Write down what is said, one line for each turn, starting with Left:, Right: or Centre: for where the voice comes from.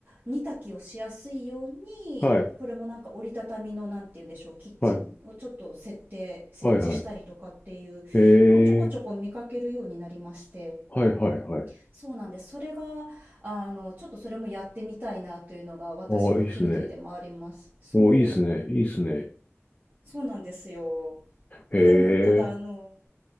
Right: 煮炊きをしやすいように、
Left: はい、
Right: これもなんか折りたたみの、なんて言うんでしょう、キッチンをちょっと設定、
Left: はい、
Right: 設置したりとかっていうのをちょこちょこ見かけるようになりまして、
Left: はい、はい。えー、はい、はい、はい。
Right: そうなんです。それが、あの、ちょっとそれもやってみたいなというのが私のトゥードゥでもあります。
Left: ああ、いいっすね。
Right: そう、
Left: お、いいっすね、いいっすね。
Right: そうなんですよ。
Left: え
Right: でも、ただ、あの、